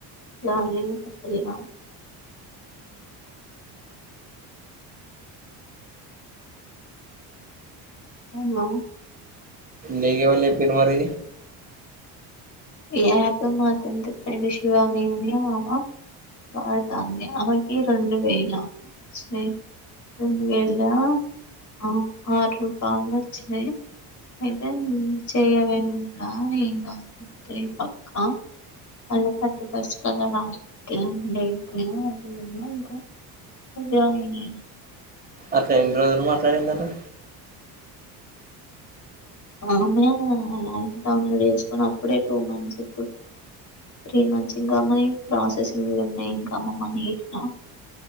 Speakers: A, on the left; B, on the right.
A: జాలలేదు పక్కలిగాము హలో
B: నీకు ఎవళ్ళు చెప్పిండ్రు మరి
A: ఈ యాప్ మాతోంది ఫ్రెండ్ శివాని అని ఆమె వాడుతాంది. ఆమెకి రెండు వేల చ్చినాయ్, రెండు వేల ఆ ఆరు రూపాయల చ్చినయ్ అయితే చేయలేను నా ఇంగ. తేపక్క <unintelligible>
B: అట్లా ఎన్ని రోజులు మాట్లాడిందట
A: ఆమె యాప్ డౌన్లోడ్ చేసుకుని అప్పుడే టూ మంత్స్ ఇప్పుడు త్రీ మంత్స్ ఇంగా మనీ ప్రాసెసింగ్ లో ఉన్నాయి. ఇంకా మా మనీ ఇట్లా